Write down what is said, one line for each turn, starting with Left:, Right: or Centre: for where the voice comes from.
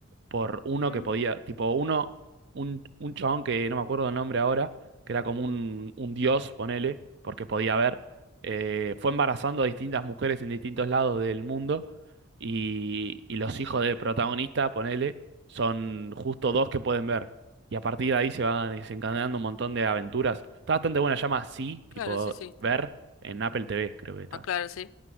Right: por uno
Left: Mm,
Right: que podía, tipo uno, un, un chabón que no me acuerdo el nombre ahora, que era como un, un dios, ponele, porque podía ver, eh, fue embarazando a distintas mujeres en distintos lados del mundo y, y los hijos del protagonista, ponele, son justo dos que pueden ver. Y a partir de ahí se van desencadenando un montón de aventuras. Está bastante buena, se llama Sí, tipo
Left: claro, sí, sí.
Right: ver en Apple TV, creo que está.
Left: Ah, claro, sí.